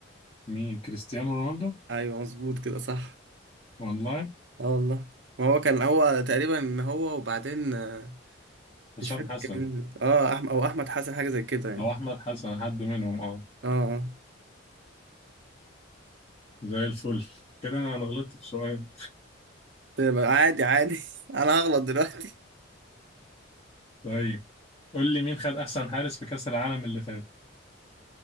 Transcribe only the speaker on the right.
أيوه مظبوط كده صح
اه والله ما هو كان هو تقريبا هو وبعدين آه،
مش فاكر
كان مين. اه أحمد أو أحمد حسن حاجة زي كده يعني
اه
آه. عادي عادي <laughs> أنا هغلط دلوقتي